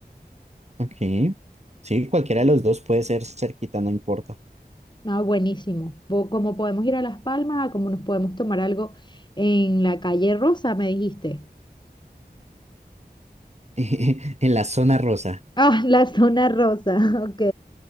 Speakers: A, on the right (about 40°); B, on the left (about 25°).
A: Ok. Sí, cualquiera
B: Sí.
A: de los dos puede ser cerquita, no importa.
B: Ah, buenísimo. Bo- Como podemos ir a Las Palmas, como nos podemos tomar algo en la calle Rosa, me dijiste.
A: <laughs> En la zona rosa.
B: Ah, <laughs> la zona rosa, <laughs> ok.